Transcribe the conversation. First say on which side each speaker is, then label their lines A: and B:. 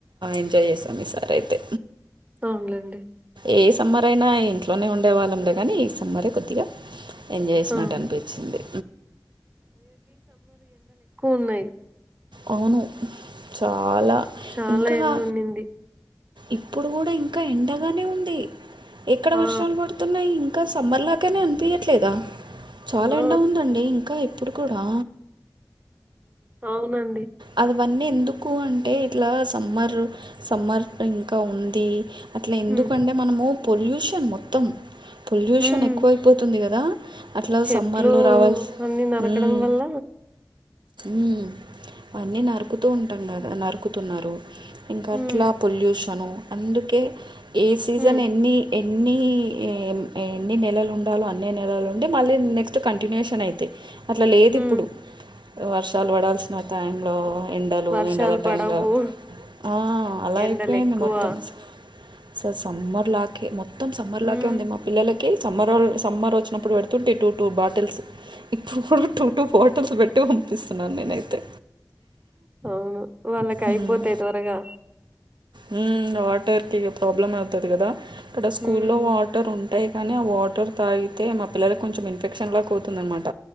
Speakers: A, on the right (about 80°); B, on the right (about 20°).
A: ఎంజాయ్ చేసాం ఈసారి అయితే
B: అవునులెండి.
A: ఏ సమ్మరైనా ఇంట్లోనే ఉన్ ఉండేవాళ్ళం లే కానీ ఈ సమ్మరే కొద్దిగా ఎంజాయ్ చేసినట్టు
B: ఆ!
A: అనిపించింది
B: ఉన్నయ్
A: అవును చాలా
B: చాలా
A: ఇంకా
B: ఎండుండింది.
A: ఇప్పుడు కూడా ఇంకా ఎండగానే ఉంది ఎక్కడ
B: ఆ!
A: వర్షాలు పడుతున్నాయి ఇంకా సమ్మర్ లాగానే అనిపియట్లేదా చాలా
B: ఆ!
A: ఎండ ఉందండి ఇంకా ఇప్పుడు కూడా
B: అవునండి
A: అది వన్నీ ఎందుకు అంటే ఇట్లా సమ్రు సమ్మర్ ఇంకా ఉంది అట్లా ఎందుకంటే
B: హ్మ్.
A: మనము పొల్యూషన్ మొత్తం పొల్యూషన్
B: హ్మ్.
A: ఎక్కువైపోతుంది కదా అట్లా
B: చెట్లు
A: సమ్మర్లో రావాల్సి
B: అన్నీ నరకడం
A: మ్మ్
B: వల్ల
A: మ్మ్ అన్నీ నరుకుతూ ఉంటాం కదా నరుకుతున్నారు ఇంకా
B: హ్మ్.
A: అట్లా పొల్యూషను అందుకే ఏ సీజన్
B: హ్మ్.
A: ఎన్ని ఎన్ని ఏం ఏ ఎన్ని నెలలు ఉండాలో అన్ని నెలలు ఉండి మళ్ళీ నెక్స్ట్ కంటిన్యూయేషన్ అయితాయి అట్లా లేదు
B: హ్మ్.
A: ఇప్పుడు వర్షాలు పడాల్సిన టైంలో ఎండలు
B: వర్షాలు
A: ఎండల టైంలో
B: పడవు.
A: ఆ అలా
B: ఎండలెక్కువ.
A: అయిపోయింది మొత్తం సార్ సమ్మర్ లాకే మొత్తం సమ్మర్
B: హ్మ్.
A: లాకే ఉంది మా పిల్లలకి కి సమ్మరోల్ సమ్మర్ వచ్చినప్పుడు పెడుతుంటి టూ టూ బాటిల్స్ ఇప్పుడు కూడా టూ టూ బాటిల్స్ పెట్ట పంపిస్తున్నాను నేనైతే
B: అవును వాళ్ళకి అయిపోతాయి
A: మ్మ్.
B: త్వరగా
A: మ్మ్ వాటర్ కి ఇగ ప్రాబ్లం అవుతది కదా అక్కడ స్కూల్లో
B: హ్మ్.
A: వాటర్ ఉంటాయి కానీ ఆ వాటర్ తాగితే మా పిల్లలకి కొంచెం ఇన్ఫెక్షన్లా పోతుందనమాట